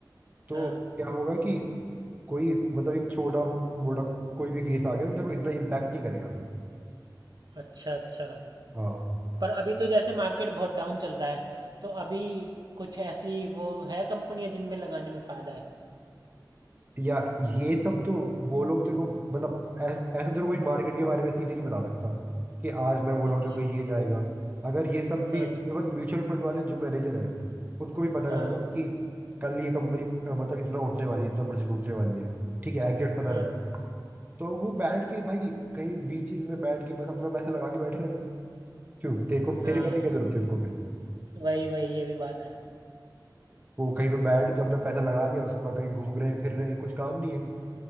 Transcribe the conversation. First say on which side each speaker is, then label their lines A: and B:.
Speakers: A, on the right; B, on the right.
A: तो
B: हाँ
A: क्या होगा कि कोई मतलब एक छोटा मोटा कोई भी केस आ गया तो तेरे को इतना इम्पैक्ट नहीं करेगा
B: अच्छा अच्छा
A: हाँ
B: पर अभी तो जैसे मार्केट बहुत डाउन चल रहा है तो अभी कुछ ऐसी वो है कंपनियां जिनमें लगाने में फ़ायदा है
A: यार ये सब तो वो लोग तेरे को मतलब ऐसा ऐसा तेरे को कोई मार्केट के बारे में सीधे नहीं बता सकता कि आज मैं बोल रहा
B: अच्छा
A: हूँ तो कोई ये जाएगा अगर ये सब भी
B: हाँ
A: इवन म्यूचुअल फंड वाले जो मैनेजर हैं उनको भी पता
B: हाँ
A: रहता है कि कल ये कंपनी अ, मतलब इतना उठने वाली है इतना परसेंट उठने वाली है ठीक है एग्जैक्ट पता
B: हाँ
A: रहता है तो वो बैठ के भाई कहीं बीचेस में बैठ के बस अपना पैसा लगा के बैठे रहते हैं क्यों तेरे को
B: हाँ
A: तेरे पैसे की क्या जरूरत है उनको फिर
B: वही वही ये भी बात है
A: वो कहीं पे बैठ के अपना पैसा लगा दिया उसके बाद कहीं घूम रहे हैं फिर रहे हैं कुछ काम नहीं है